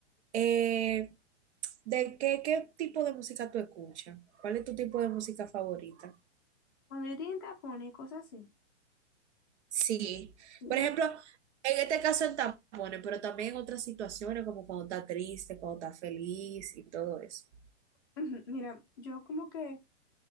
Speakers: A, on the right; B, on the left.
A: eh, ¿de qué, qué tipo de música tú escuchas? ¿Cuál es tu tipo de música favorita?
B: Cuando yo tenía tapones y cosas así,
A: Sí,
B: como-
A: por ejemplo, en este caso en tampones, pero también en otras situaciones como cuando está triste, cuando está feliz y todo eso.
B: <laughs> <clears throat> mira, yo como que